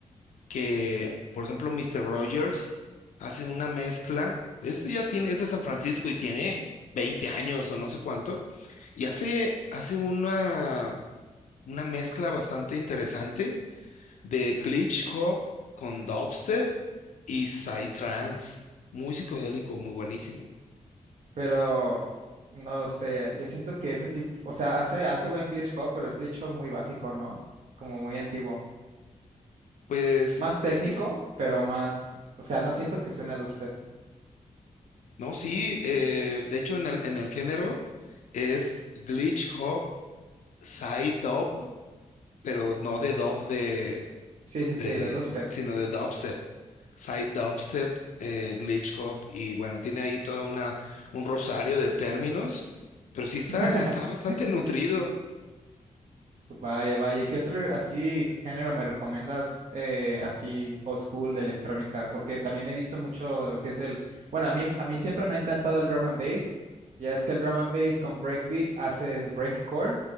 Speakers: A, on the left; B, on the right.
A: que, por ejemplo, Mr. Rogers hace una mezcla, este ya tiene, es de San Francisco y tiene 20 años o no sé cuánto, y hace, hace una, una mezcla bastante interesante de glitch hop con dubstep y psytrance, muy psicodélico, muy buenísimo.
B: pero no lo sé. Yo siento que ese tipo, o sea, hace, hace buen glitch hop, pero es glitch hop muy básico, ¿no? Como muy antiguo.
A: Pues
B: Más técnico,
A: es que, es-
B: pero más, o sea, no siento que suene a dubstep.
A: no, sí, eh, de hecho en el, en el género es glitch hop, psy dub, pero no de dub de
B: Sí, sí, sí,
A: de,
B: de dubstep.
A: sino de dubstep, side dubstep, eh, glitch hop y bueno, tiene ahí toda una un rosario de términos, pero sí
B: <laughs>
A: está está bastante nutrido,
B: Vaya, vaya. ¿Qué otro así género me recomiendas eh, así old school de electrónica? Porque también he visto mucho lo que es el, bueno, a mí a mí siempre me ha encantado el drum and bass. Ya es que el drum and bass con breakbeat haces breakcore,